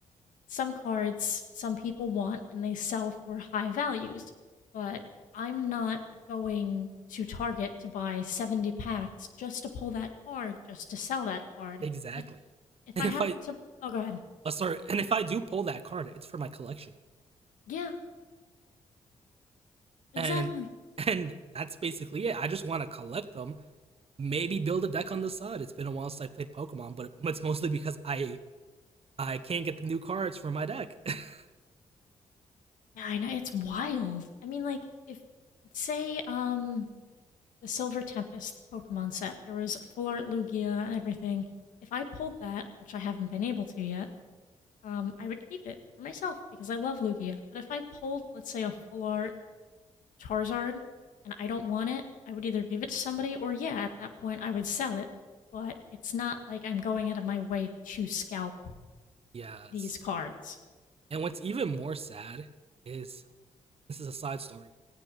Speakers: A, on the left (about 80°); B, on the right (about 45°).
A: Some cards some people want and they sell for high values, but I'm not going to Target to buy 70 packs just to pull that card, just to sell that card.
B: exactly.
A: If If
B: And
A: I
B: if
A: happen
B: I
A: to Oh, go ahead.
B: uh, sorry, and if I do pull that card, it's for my collection,
A: Yeah, exactly.
B: and and that's basically it. I just want to collect them, maybe build a deck on the side. It's been a while since I played Pokemon, but it's mostly because I I can't get the new cards for my deck. <laughs>
A: Yeah, I know it's wild. I mean, like if say um the Silver Tempest Pokemon set, there was a full art Lugia and everything. If I pulled that, which I haven't been able to yet, um, I would keep it for myself because I love Lugia. But if I pulled, let's say, a full art Charizard and I don't want it, I would either give it to somebody or yeah, at that point I would sell it. But it's not like I'm going out of my way to scalp
B: yes,
A: these cards.
B: and what's even more sad is this is a side story